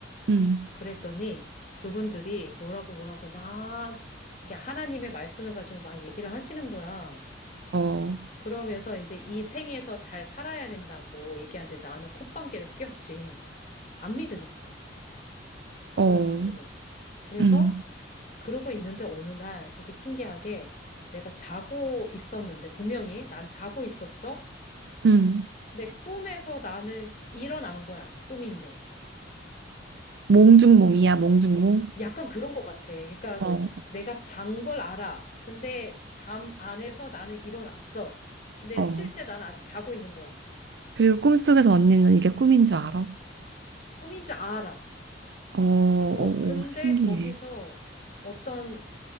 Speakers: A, on the right; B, on the left.
A: 음,
B: 그랬더니 그분들이 뭐라고 뭐라고 막 이게 하나님의 말씀을 가지고 막 얘기를 하시는 거야.
A: 어,
B: 그러면서 이제 이 생에서 잘 살아야 된다고 얘기하는데 나는 콧방귀를 뀌었지. 안 믿으니까.
A: 어,
B: 그런 부분에. 그래서
A: 음,
B: 그러고 있는데 어느 날 되게 신기하게 내가 자고 있었는데 분명히 난 자고 있었어.
A: 음.
B: 근데 꿈에서 나는 일어난 거야. 꿈인데.
A: 몽중몽이야, 몽중몽.
B: 약간 그런 것 같아. 그러니까
A: 어,
B: 내가 잔 걸 알아. 근데 잠 안에서 나는 일어났어. 근데
A: 어.
B: 실제 나는 아직 자고 있는 거야.
A: 그리고 꿈속에서 언니는 이게 꿈인 줄 알아?
B: 꿈인 줄 알아.
A: 어, 어,
B: 어, 근데
A: 어, 신기해.
B: 거기서 어떤